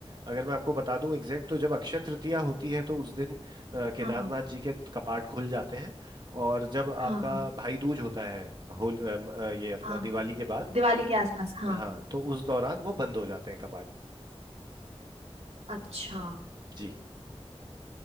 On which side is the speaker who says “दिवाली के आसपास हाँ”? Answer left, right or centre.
Right